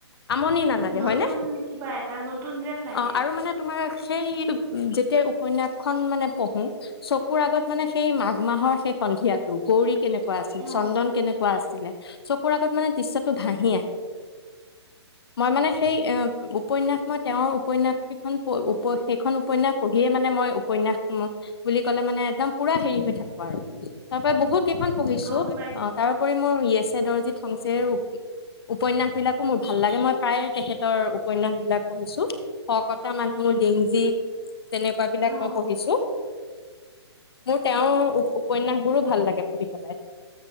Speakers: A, on the left; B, on the right.
A: আমনি নালাগে
B: নতুন
A: হয়নে
B: কিবা এটা নতুন যেন লাগে
A: অ' আৰু মানে তোমাৰ সেইটো। যেতিয়া উপন্যাসখন মানে পঢ়ো চকুৰ আগত মানে সেই মা। মাহৰ সে সন্ধিয়াটো গৌৰীক। কেনেকুৱা আছিল
B: অঁ
A: চন্দন কেনেকুৱা আছিলে। চকুৰ আগত মানে দৃশ্যটো ভাহি আহে, মই মানে সেই উপনয়াস মই- তেওঁৰ উপনয়াস কেইখন, উপ সেইখন উপনয়াস পঢ়িয়ে মানে, মই উপন্যাস বুলি কলে। মানে একদম পুৰা হেৰি হৈ থাকো। বাৰু তাৰ পৰাই বহুত। কেইখন পঢ়িছো
B: গম পাইছোঁ
A: অ' তাৰ উপৰি মোৰ ই এছ এডৰজিত। থংচেৰ উপন্যাসবিলাকো মোৰ ভাল লাগে মই প্ৰায় তেখেত। তৰ উপন্যাসবিলাক পঢ়িছো। শকত মানুহ লিংজিত <unintelligible> তেনেকুৱা বিলাক
B: অঁ
A: মই পঢ়িছো। মোৰ তেওঁৰ উপ। উপনয়াসবোৰো ভাল লাগে, পঢ়ি পেলাই।